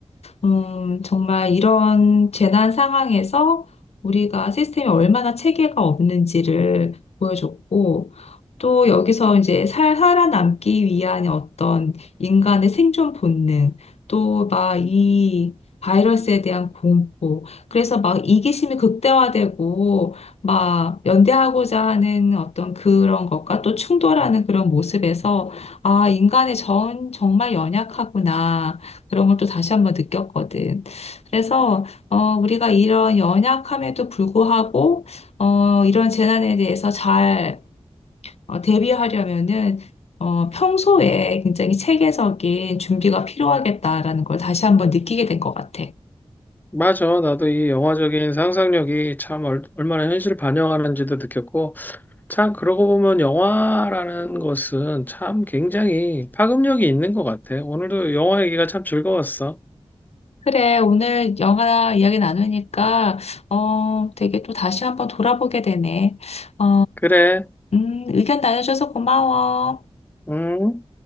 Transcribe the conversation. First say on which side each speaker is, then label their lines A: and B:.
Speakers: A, on the left; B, on the left.
A: 음, 정말 이런 재난 상황에서 우리가 시스템이 얼마나 체계가 없는지를 보여줬고, 또 여기서 이제 살, 살아남기 위한 어떤 인간의 생존 본능, 또 막 이 바이러스에 대한 공포, 그래서 막 이기심이 극대화되고, 막 연대하고자 하는 어떤 그런 것과 또 충돌하는 그런 모습에서 아, 인간의 정, 정말 연약하구나. 그런 걸 또 다시 한번 느꼈거든. 그래서, 어, 우리가 이런 연약함에도 불구하고, 어, 이런 재난에 대해서 잘 어, 대비하려면은, 어, 평소에 굉장히 체계적인 준비가 필요하겠다라는 걸 다시 한번 느끼게 된 것 같아.
B: 맞아. 나도 이 영화적인 상상력이 참 얼, 얼마나 현실을 반영하는지도 느꼈고, 참 그러고 보면 영화라는 것은 참 굉장히 파급력이 있는 것 같아. 오늘도 영화 얘기가 참 즐거웠어.
A: 그래, 오늘 영화 이야기 나누니까, 어, 되게 또 다시 한번 돌아보게 되네. 어,
B: 그래.
A: 음, 의견 나눠줘서 고마워.
B: 음.